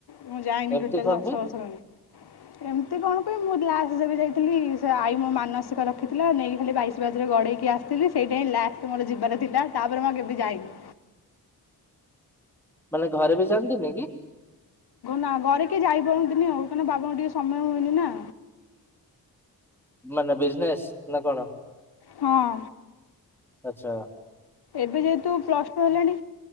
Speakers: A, on the left; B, in the centre.
A: ମୁଁ ଯାାଇନ
B: ଏମିତି
A: ଟୋଟାଲ
B: କଣ
A: ଦଶ
B: ପାଇଁ
A: ବର୍ଷ ଲଣି। ଏମିତି କଣ କୁହ ମୁଲା ଆ ଯାଇଥିଲି ସେ ଆଈ ମୋ ମାନସିକ ରଖିଥିଲା ନେଇକି ଖାଲି ବାଇଶ ବାଜରେ ଗଢେଇକି ଆସିଥିଲି ସେଇଟା ଲାଷ୍ଟ ମୋର ଯିବାର ଥିଲା ତାପରେ ମୁଁ କେବେ ଯାଇନି।
B: ମାନେ ଘରେ ବି ଯାଆନ୍ତିନି କି?
A: ନା ଘରେ କି ଯାଇ ପାରୁନ୍ତିନି ଆଉ କାହିଁକନା ବାବାଙ୍କ ଟିକେ ସମୟ ହୁଏନି ନା।
B: ମାନେ ବିଜନେସ ନା କଣ?
A: ହଁ।
B: ଆଛା।
A: ଏବେ ଯେହେତୁ ପ୍ଲସ୍ ଟୁ ହେଲାଣି